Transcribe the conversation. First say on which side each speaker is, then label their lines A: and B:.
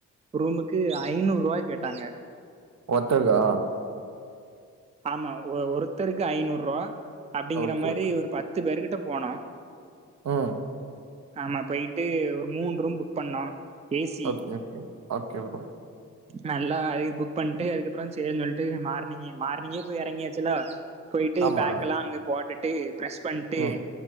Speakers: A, on the right (about 20°); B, on the right (about 60°).
A: ரூமுக்கு ஐநூறு ரூபா கேட்டாங்க
B: ஒத்தக்க
A: ஆமா ஒருத்தருக்கு ஐநூறு ரூபா அப்படிங்கிற
B: ஓகே
A: மாதிரி
B: ஓகே
A: ஒரு பத் பத்து பேருர்கிட்ட போனோ
B: ஓ
A: ஆமா போயிட்டு ஒரு மூணு ரூம் புக் பண்ணோ easy
B: okay okay okay bro
A: நல்லா இ புக் பண்ட்டு அதுக்கப்றோ செர்ன்னு சொல்லிட்டு மார்னிங் மார்னிங்கே போய் எறங்கியாச்சுல்ல போயிட்டு
B: ஆமா
A: பேக்கல்லா அங்க போட்டுட்டு ப்ரஷ் பண்ட்டு
B: ம்